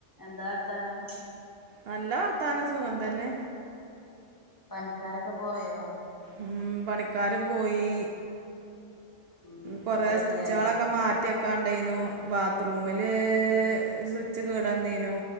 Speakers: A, on the left; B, on the right.
A: എന്താ വർത്താനം.
B: നല്ല വർത്താനം സുഖംതന്നെ.
A: പണിക്കാരൊക്കെ പോയോ?
B: ഉം പണിക്കാർ പോയി.
A: ഉം ഇപ്പൊക്കെ
B: കൊറേ
A: റെഡിയായോ
B: സ്വിച്ചുകളൊക്കെ മാറ്റിവെക്കാണ്ടായിന്നു. ബാത്റൂമില് സ്വിച്ച് കേട് വന്നീന്നു